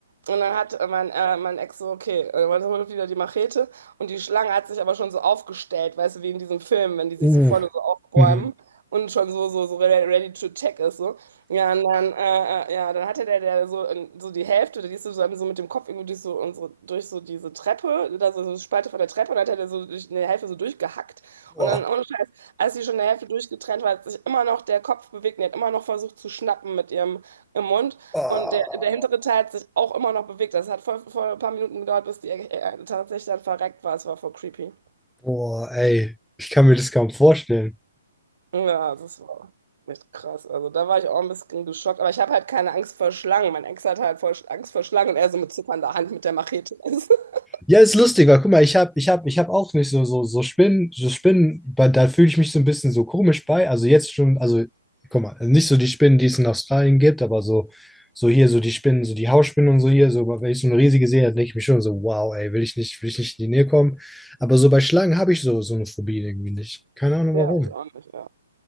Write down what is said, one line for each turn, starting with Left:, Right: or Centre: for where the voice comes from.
Right: Und dann hat äh, mein, äh, mein Ex so, okay, äh, dann holt wieder die Machete. Und die Schlange hat sich aber schon so aufgestellt, weißt du, wie in diesem Film, wenn die sich
Centre: Uh.
Right: so vorne so aufbäumen
Centre: Mhm.
Right: und schon so, so, so ready, ready to attack ist, so. Ja, und dann, äh, äh, ja, dann hatte der, der so, äh, so die Hälfte, die ist so, dann so mit dem Kopf irgendwie durch so, unsere, durch so diese Treppe, da so so eine Spalte von der Treppe, und dann hat er so durch eine Hälfte so durchgehackt. Und
Centre: Boah.
Right: dann, ohne Scheiß, als sie schon der Hälfte durchgetrennt war, hat sich immer noch der Kopf bewegt und die hat immer noch versucht zu schnappen mit ihrem im Mund.
Centre: Ah.
Right: Und der, der hintere Teil hat sich auch immer noch bewegt. Das hat voll, voll ein paar Minuten gedauert, bis die äh, tatsächlich dann verreckt war. Es war voll creepy.
Centre: Boah, ey, ich kann mir das kaum vorstellen.
Right: Ja, das war echt krass. Also da war ich auch ein bisschen geschockt. Aber ich habe halt keine Angst vor Schlangen. Mein Ex hat halt voll Angst vor Schlangen und er so mit zitternder Hand mit der Machete. <laughs>
Centre: Ja, ist lustig, weil guck mal, ich hab, ich hab, ich hab auch nicht so, so, so Spinnen, so Spinnen, bei- da fühle ich mich so ein bisschen so komisch bei. Also jetzt schon, also guck mal, nicht so die Spinnen, die es in Australien gibt, aber so, so hier, so die Spinnen, so die Hausspinnen und so hier, so, wenn ich so eine riesige sehe, dann denke ich mir schon so, wow, ey, will ich nicht, will ich nicht in die Nähe kommen. Aber so bei Schlangen habe ich so, so eine Phobie irgendwie nicht. Keine Ahnung
Right: Ja,
Centre: warum.
Right: ich auch nicht. Ja.